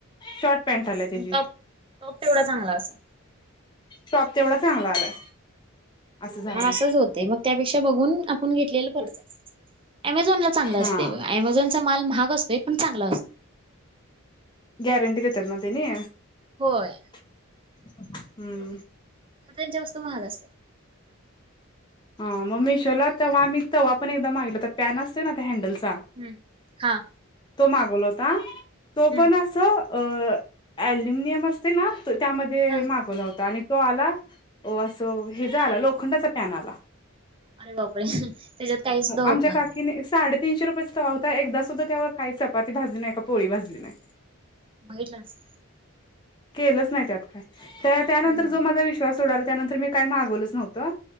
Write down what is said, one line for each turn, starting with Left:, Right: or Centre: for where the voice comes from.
Left: शॉर्ट पॅन्ट आल्या त्याची
Right: आणि टॉप टॉप तेवढा चांगला असल.
Left: टॉप तेवढा चांगला आलाय. असं झालं
Right: हा असंच होतंय मग त्यापेक्षा बघून आपण घेतलेलं परवडत आहे ॲमेझॉन ला चांगलं
Left: हा
Right: असते अमेझनचा माल महाग असतो पण चांगला असतो.
Left: गॅरंटी देत्यात नव्ह त्यांनी?
Right: होय.
Left: हम्म.
Right: खर त्यांच्या वस्तू महाग असते
Left: हा मग मिशोला तेव्हा आम्ही तेव्हा पण एकदा मागितला तर पॅन असत ना त्या हँडलचा.
Right: हम्म हा
Left: तो मागवला होता तो
Right: हम्म
Left: पण अस अल्युमिनियम असं ना त्यामध्ये
Right: हा
Left: मागवला होता आणि तो आला अस हे ज आला लोक होंडाचा फॅन आला.
Right: अरे बापरे त्याच्यात काही सुद्धा
Left: हो
Right: होत
Left: आमच्या
Right: नाही
Left: काकीने
Right: मग
Left: साडे तीनशे रुपये याचा तवा एकदा सुद्धा त्यावर चपाती कपोळी भाजली नाही.
Right: बघितलंस?
Left: केलंच नाही त्यात काय त्या त्यानंतर
Right: हम्म
Left: जो माझा विश्वास उडाला त्यानंतर मी काय मागवलंच नव्हतं.